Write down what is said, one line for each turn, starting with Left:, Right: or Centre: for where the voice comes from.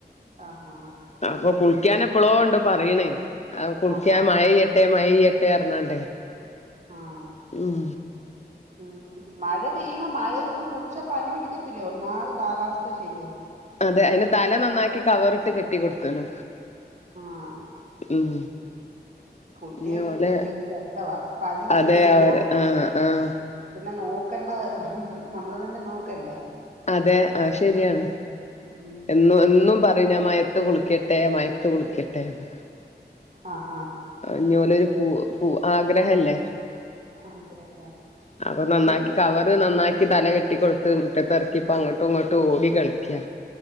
Right: ആഹാ
Left: അപ്പൊ കുളിക്കാൻ എപ്പോളോ ഓണ്ട് പറയണ് കുളിക്കാൻ
Right: ആഹാ
Left: മയ പെയ് ട്ടേ മയ പെയ്യട്ടെ പറഞ്ഞോണ്ട്
Right: ആണോ
Left: ഉം
Right: ഉം മഴ പെയ്യുമ്പോ മഴയിൽ നിന്ന് കുളിച്ച് പ പനി പിടിക്കത്തില്ലേ ഒന്നാമത് കാലാവസ്ഥ ശരിയല്ല
Left: അതെ അയിന് തല നന്നാക്കി കവറിട്ട് കെട്ടി കൊടുത്താണ്
Right: ആഹ്
Left: ഉം
Right: കുട്ടികക്ക്
Left: ഇഞ്ഞ് ഓലെ
Right: ഇതൊക്കെ ഒരു രസവാ പനി വന്ന്
Left: അതെ
Right: കഴിഞ്ഞാ
Left: അവര് ആഹ് ആഹ്
Right: പിന്നെ നോക്കണ്ടത് നമ്മൾ തന്നെ നോക്കണ്ടേ
Left: അതെ ആ ശരിയാണ്
Right: ഉം
Left: എന്നും എന്നും പറയും ഞാൻ മയത്ത് കുളിക്കട്ടെ മയത്ത് കുളിക്കട്ടെ എന്ന്
Right: ആഹാ
Left: ഞ്ഞി ഓലെ ഒരു പൂ പൂ ആഗ്രഹല്ലേ
Right: ആഹ് അതെ അതെ
Left: അപ്പൊ നന്നാക്കി
Right: എന്ത്
Left: കവറ് നന്നാക്കി തല കെട്ടി കൊടുത്ത് മുറ്റത്ത് എറക്കി ഇപ്പ അങ്ങോട്ടും ഇങ്ങോട്ടും ഓടി കളിക്ക്യാ